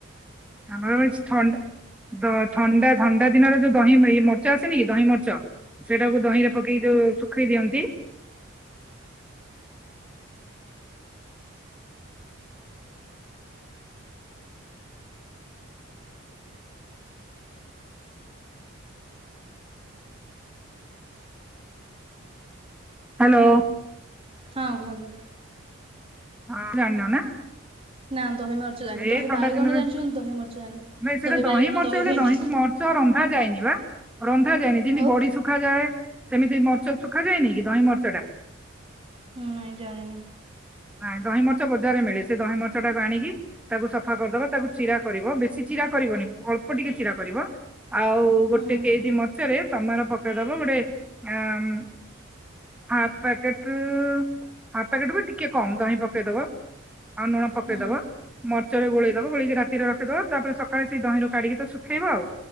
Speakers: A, in the centre; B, on the right.
A: ଆରଛି ଥଣ୍ଡା ଥଣ୍ଡା ଥଣ୍ଡା ଦିନରେ ଯୋଉ ଦହି ମର୍ଚ ଆସନି କି ଦହି ମର୍ଚ ସେଟାକୁ ଦହି ରେ ପକେଇି ଯୋଉ ଶୁଖେଇ ଦିଅନ୍ତି। ହ୍ୟାଲୋ।
B: ହଁ କୁହନ୍ତୁ।
A: ହଁ ଜଣ ନା।
B: ନା ଦହି ମରିଚ ଦାନି
A: ଏଇ
B: ଦହି
A: ଥଣ୍ଡା
B: ବାଇଗଣ
A: ଦିନରେ
B: ଜାଣିଛଛନ୍ତି ଦହି ମରିଚ ଦାନି
A: ନାଇଁ ସେଇଟା
B: ଦହି ବାଇଗଣ
A: ମରିଚ
B: ଦହି
A: ବୋଲେ
B: ଭେଣ୍ଡି
A: ଦହିକୁ ମରିଚ ରନ୍ଧା ଯାଏନି ମା ରନ୍ଧା ଯାଏନି ଯମତି
B: ଆଉ
A: ବଢ଼ି ସବୁ ଶଖାାଯାଏ ସେମିତି ମର୍ଚ ଶୁଖାଯଏନି କି ଦହିଁ ମର୍ଚ୍ଚ ଟା।
B: ହୁଁ ନାଇଁ ଜାଣେିନି।
A: ନାଇଁ ଦହି ମର୍ଚ ବଜାରରେ ମିଳେ ସେ ଦହି ମର୍ଚ୍ଚ ଟାକୁ ଆଣିକି ତାକୁ ସଫା କରିଦବା ତାକୁ ଚିରା କରିବ ବେଶୀ ଚିରା କରିବନି ଅଳ୍ପ ଟିକେ ଚିରା କରିବ। ଆଉ ଗୋଟେ
B: ହୁଁ
A: କେଜି ମଛରେ ତମର ପକେଇଦବ ଗୋଟେ ଆମ୍- ହକେଟକେଟ ବି ଟିକେ କମ ତଁ ପକେଇଦବା ଆଉ ଲୁଣ ପକେଇଦବା।
B: ହୁଁ
A: ମର୍ଚରେ ଗୋଳେଇଦବ ଗୋଳେଇି ରାତିରେ ରଖିଦବା ତାପରେ ସକାଳେ ସେଇ ଦହିଁରୁ କାଢିକି ତ ଶୁଖେଇବ ଆଉ।